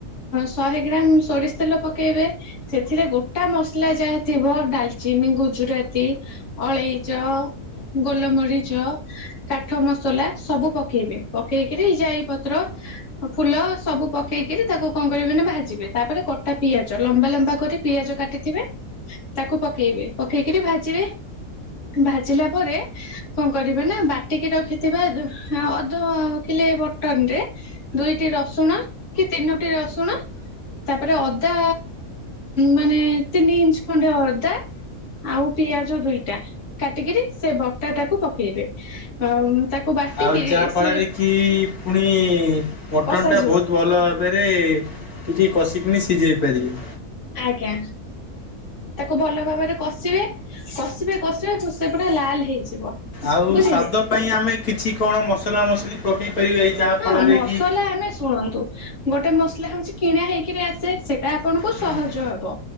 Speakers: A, on the left; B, on the left.
A: ଶହେ ଗ୍ରାମ ସୋରିଷ ତେଲ ପକେଇବେ ସେଥିରେ ଗୋଟା ମସଲା ଯାହା ଥିବ ଡାଲଚିନି ଗୁଜୁରାତି ଅଳେଇଚ ଗୋଲମରିଚ କାଠ ମସଲା ସବୁ ପକେଇବେ ପକେଇକରି ଜାଇ ପତ୍ର ଫୁଲ ସବୁ ପକେଇକରି ତାକୁ କଣ କରିବେ ନା ଭାଜିବେ ତାପରେ କଟା ପିଆଜ ଲମ୍ବା ଲମ୍ବା କରି ପିଆଜ କାଟିଥିବେ ତାକୁ ପକେଇବେ ପକେଇକରି ଭାଜିବେ ଭାଜିଲା ପରେ କଣ କରିବେ ନା ବାଟିକି ରଖିଥିବା ଅଧିଲେ ବଟନ ରେ ଦୁଇଟି ରସୁଣ କି ତିନୋ ଗୋେ ରସୁଣ ତାପରେ ଅଦା ମାନେ ତିନି ଇଞ୍ଚ ଖଣ୍ଡେ ଅଦା ଆଉ ପିଆଜ ଦୁଇଟା କାଟିକିରି ସେ ବଟର ଟାକୁ ପକେଇବେ। ତାକୁ ବାଟିକିରି
B: ଆଉ ଯାହା ଫଳରେ
A: ସେ
B: କି ପୁଣି ମଟନ୍
A: କଷାଯିବ
B: ଟା ବହୁତ ଭଲ ଭାବରେ କିିକ କ। ଚିକଣି ସିଝେଇ ପାରିବି।
A: ଆଜ୍ଞା ତାକୁ ଭଲ ଭାବରେ କଷିବେ କଷିବେ କଷିବେ ସେ ପୁରା ଲାଲ ହେଇଯିବ।
B: ଆଉ
A: ବୁଝିଲେ
B: ସ୍ଵାଦ ପାଇଁ ଆମେ କିଛି କଣ ମସ ମସଲା ମସଲି ପକେଇ ପାରିବ ଏଇ ଯାହା ଫଳରେ
A: ହଁ ମସଲା
B: କି
A: ଆମେ ଶୁଣନ୍ତୁ। ଗୋଟେ ମସଲା ହଉଛି କିଣା ହେଇକିରି ଆସେ ସେଟା ଆପଣଙ୍କୁ
B: ହୁଁ
A: ସହଜ ହବ